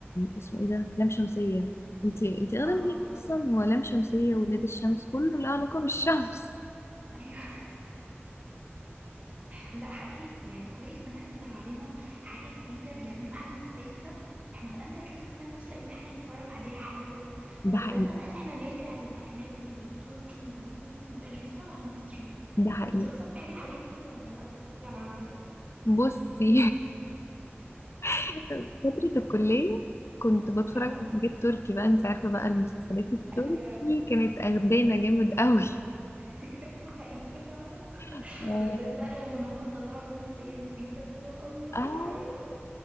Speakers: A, on the left; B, on the right.
A: اسمه ايه ده لام شمسية انتي انتي اغلب
B: اه
A: ليك اصلا هو لام شمسية ولاد الشمس كله له علاقة بالشمس
B: ايوه لا حقيقي يعني كويس ان احنا طلع علينا حاجة جديدة بيعملوا حاجة مختلفة احنا بقالنا كذا سنة مش لاقيين حاجة نتفرج عليها حلوة
A: <laughs> ده
B: فبدأنا
A: حقيقي
B: بقى اللي احنا نلجأ للأجنبي والتركي والكوري مبقاش بنتفرج على مصري
A: ده حقيقي
B: انتي اصلا بتحبي الحاجات دي ولا لا بتتفرجي على العربي بس
A: بصي <laughs> فترة الكلية كنت بتفرج
B: اه
A: على حاجات تركي بقى انت عارفة بقى المسلسلات التركي
B: ايوه
A: كانت اخدانا جامد قوي
B: <laughs> ده حقيقي فعلا
A: <laughs>
B: وبالذات بقى يوم ان هم طلعوا رومانسية جديدة فاللي هو الله
A: آه
B: تعالوا